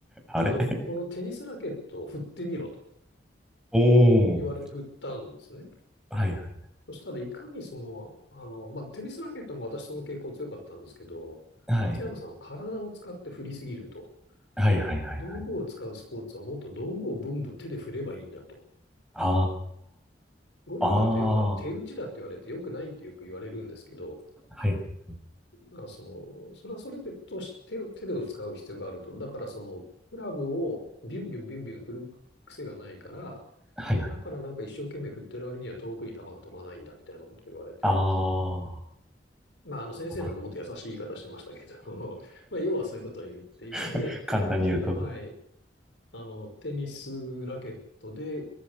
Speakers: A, in the centre; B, on the left (about 75°).
A: あれ
B: あの、このテニスラケットを振ってみろと
A: おお、
B: 言われて振ったんですね。
A: はいはい。
B: そしたらいかにその、あの、まあ、テニスラケットも私その傾向強かったんですけど、
A: はい。
B: 松山さんは体を使って振りすぎると。
A: はいはいはいはい。
B: 道具を使うスポーツはもっと道具をブンブン手で振ればいいんだと。
A: あ
B: ゴルフだとよくあの手打ちだって言われてよくないってよく言われるんですけど、
A: あ、ああ、はい
B: だからその、それはそれでとして手を、手で使う必要があると。だからその、クラブをビュンビュンビュンビュン振る癖がないから、
A: はいはい。
B: だからなんか一生懸命振ってる割には遠くに球が飛ばないんだみたいなことを言われて、
A: あ
B: まああの先生なんでもっと優しい言い方してましたけど、
A: あ、なる
B: <laughs> まあ要はそういうことを言っていて、
A: <laughs> 簡単に言うと。
B: 昨日、はい、あの、テニスラケットで、